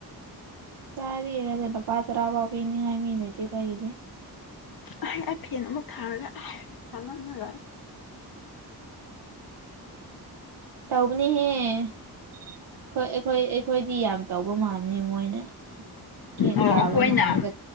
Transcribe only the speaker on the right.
ꯆꯥꯔꯤꯔꯗꯤ ꯂꯨꯄꯥ ꯇꯔꯥ ꯐꯥꯎ ꯄꯤꯅꯤꯡꯉꯥꯏ ꯃꯤ ꯂꯩꯇꯦ ꯑꯩꯈꯣꯏꯒꯤꯗꯤ
ꯇꯧꯕꯅꯤꯍꯦ ꯍꯣꯏ ꯑꯩꯈꯣꯏ ꯑꯩꯈꯣꯏꯗꯤ ꯌꯥꯝ ꯇꯧꯕ ꯃꯥꯅꯤ ꯃꯣꯏꯅ ꯀ
ꯇꯥꯕ
ꯃꯥꯜꯂꯒ